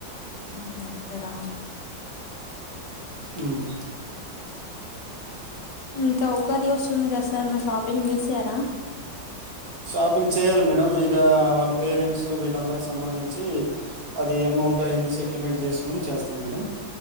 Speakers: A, on the left (about 65°); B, on the right (about 50°).
A: ఆహా ఏల్తారా
B: హ్మ్.
A: ఇంకా ఉగాది వస్తుంది కదా సార్ మారి షాపింగ్ చేసారా?
B: షాపింగ్ చేయ్యాల్ మేడం ఇగా వాలు పేరెంట్స్ వీళ్ళందరికి సంబంధించి అది ఎమొ ఎమౌంట్ అయిన్నీ సెటిల్మెంట్ చేసుకొని చేస్తాం మేడం.